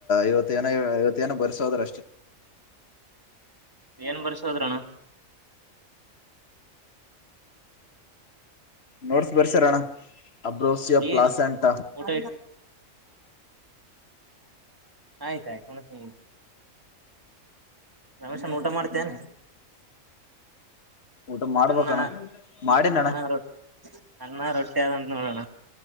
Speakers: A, on the left; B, on the right.
A: ಇವತ್ತು ಇ ಜನ ಐವತ್ತ ಜನ ಬಸೋದ್ರ ಅಷ್ಟೇ
B: ಏನ್ ಬರ್ಸೋದ್ರಣ
A: ನೋಡ್ಸ್ ಬರ್ಸರಣ್ಣ ಅಬ್ರೋಸಿಯ ಪ್ಲಾಸಂಟ
B: ಏನು ಊಟ ಆಯ್ತಯ್ತು ಮ ರಮೇಶ್ನ್ ಊಟ ಮಾಡ್ತೇನೆ
A: ಕ್ ಊಟ ಮಾಡ್ಬೇಕಣ್ಣ
B: ಅನ್ನ
A: ಮಾಡಿನ
B: ಅನ್ನ
A: ಅಣ್ಣ
B: ರೊಟ್ಟಿ ಅನ್ನ ರೊಟ್ಟಿ ಆದಂತ ನೋಡೋಣ